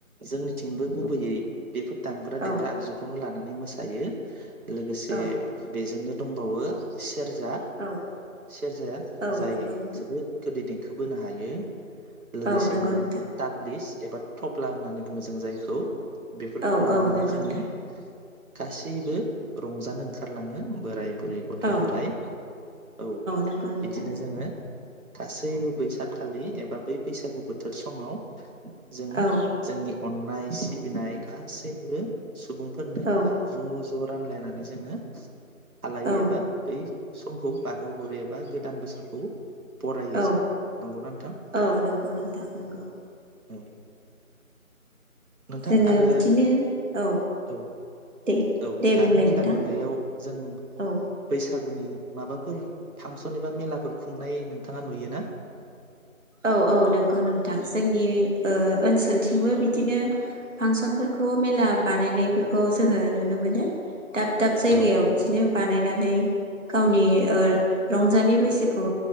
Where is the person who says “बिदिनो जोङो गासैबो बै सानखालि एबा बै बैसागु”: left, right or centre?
Right